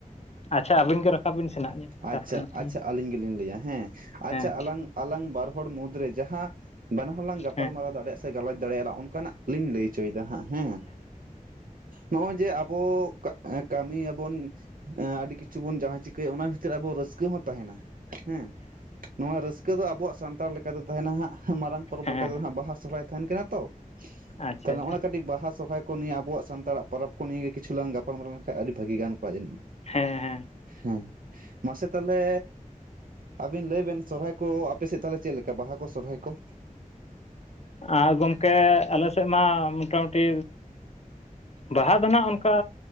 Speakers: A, on the left (about 50°); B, on the right (about 80°).
A: ᱟᱪᱪᱷᱟ ᱟᱹᱵᱤᱱ ᱜᱮ ᱨᱟᱠᱟᱵ ᱵᱤᱱ ᱥᱮᱱ ᱦᱟᱸᱜ
B: ᱟᱪᱪᱷᱟ ᱟᱪᱪᱷᱟ
A: ᱞᱤᱧ
B: ᱟᱹᱞᱤᱧ ᱜᱮᱞᱤᱧ ᱞᱟᱹᱭᱟ ᱦᱮᱸ ᱟᱪᱪᱷᱟ
A: ᱦᱮᱸ
B: ᱟᱞᱟᱝ ᱟᱞᱟᱝ ᱵᱟᱨ ᱦᱚᱲ ᱢᱩᱫᱽᱨᱮ ᱡᱟᱦᱟᱸ, ᱵᱟᱱᱟᱦ ᱦᱚᱲᱞᱟᱝ ᱜᱟᱯᱟᱞᱢᱟᱨᱟᱣ
A: ᱦᱮᱸ
B: ᱫᱟᱲᱮᱭᱟᱜ ᱥᱮ ᱜᱟᱞᱚᱪ ᱫᱟᱲᱮᱭᱟᱜᱞᱟᱝ ᱚᱱᱠᱟᱱᱟᱜᱞᱤᱧ ᱞᱟᱹᱭ ᱚᱪᱚᱭᱮᱫᱟ ᱦᱟᱸᱜ ᱦᱮᱸ ᱱᱚᱜᱼᱚᱭ ᱡᱮ ᱟᱵᱚ ᱠᱟᱹᱢᱤ ᱭᱟᱵᱚᱱ ᱟᱹᱰᱤ ᱠᱤᱪᱷᱩ ᱵᱚᱱ ᱡᱟᱦᱟᱸ ᱪᱤᱠᱟᱹᱭᱟ ᱚᱱᱟ ᱪᱮᱫ ᱟᱵᱚ ᱨᱟᱹᱥᱠᱟᱹ ᱦᱚᱸ ᱛᱟᱦᱮᱱᱟ ᱦᱮᱸ ᱱᱚᱣᱟ ᱨᱟᱹᱥᱠᱟᱹ ᱫᱚ ᱟᱵᱚᱣᱟᱜ ᱥᱟᱱᱛᱟᱲ ᱞᱮᱠᱟ ᱫᱚ ᱛᱟᱦᱮᱱᱟ ᱦᱟᱸᱜ ᱢᱟᱨᱟᱝ ᱯᱚᱨᱚᱵᱽ
A: ᱦᱮᱸ
B: ᱞᱮᱠᱟ
A: ᱦᱮᱸ
B: ᱞᱮᱠᱟᱛᱮ ᱦᱟᱸᱜ ᱵᱟᱦᱟ ᱥᱚᱨᱦᱟᱭ ᱛᱟᱦᱮᱱ ᱠᱟᱱᱟ ᱛᱚ
A: ᱟᱪᱪᱷᱟ
B: ᱛᱟᱦᱚᱞᱮ ᱱᱚᱜᱼᱚᱭ ᱠᱟᱹᱴᱤᱡ ᱵᱟᱦᱟ ᱥᱚᱨᱦᱟᱭ ᱱᱤᱭᱟᱹ ᱟᱵᱚᱣᱟᱜ ᱥᱟᱱᱛᱟᱲ ᱯᱚᱨᱚᱵ ᱠᱚ ᱱᱤᱭᱮ ᱠᱤᱪᱷᱩ ᱞᱟᱝ ᱜᱟᱯᱟᱞᱢᱟᱨᱟᱣ ᱞᱮᱱᱠᱟᱱ ᱟᱹᱰᱤ ᱵᱷᱟᱹᱜᱤ ᱜᱟᱱ ᱠᱚᱜ ᱡᱟᱹᱱᱤᱡ
A: ᱦᱮᱸ ᱦᱮᱸ
B: ᱦᱮᱸ ᱢᱟᱥᱮ ᱛᱟᱦᱚᱞᱮ ᱟᱹᱵᱤᱱ ᱞᱟᱹᱭ ᱵᱮᱱ ᱥᱚᱨᱦᱟᱭ ᱠᱚ ᱟᱯᱮ ᱥᱮᱫ ᱛᱟᱦᱚᱞᱮ ᱪᱮᱫᱞᱮ ᱞᱮᱠᱟ ᱵᱟᱦᱟ ᱠᱚ ᱥᱚᱨᱦᱟᱭ ᱠᱚ
A: ᱟᱨ ᱜᱚᱝᱠᱮ ᱟᱞᱮ ᱥᱮᱫ ᱢᱟ ᱢᱚᱴᱟᱢᱩᱴᱤ ᱵᱟᱦᱟ ᱫᱚ ᱦᱟᱸᱜ ᱜ ᱚᱱᱠᱟ